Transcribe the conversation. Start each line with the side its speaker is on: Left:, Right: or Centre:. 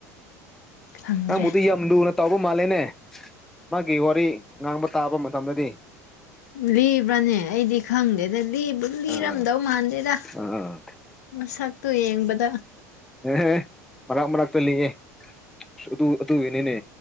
Left: ꯈꯪꯗ꯭ꯔꯦ
Centre: ꯅꯪꯕꯨꯗꯤ ꯌꯥꯝ ꯂꯨꯅ ꯇꯧꯕ ꯃꯥꯜꯂꯦꯅꯦ ꯃꯥꯒꯤ ꯋꯥꯔꯤ ꯉꯥꯡꯕ ꯇꯥꯕ ꯃꯇꯝꯗꯗꯤ
Left: ꯂꯤꯕ꯭ꯔꯥꯅꯦ ꯑꯩꯗꯤ ꯈꯪꯗꯦꯗ ꯂꯤꯕꯨ ꯂꯤꯔꯝꯗꯧ
Centre: ꯑꯥ
Left: ꯃꯥꯟꯗꯦꯗ
Centre: ꯑꯥ
Left: ꯃꯁꯛꯇꯨ ꯌꯦꯡꯕꯗ
Centre: ꯑꯦꯍꯦ ꯃꯔꯥꯛ ꯃꯔꯥꯛꯛꯇ ꯂꯤꯌꯦ ꯑꯗꯨ ꯑꯗꯨꯏꯅꯤꯅꯦ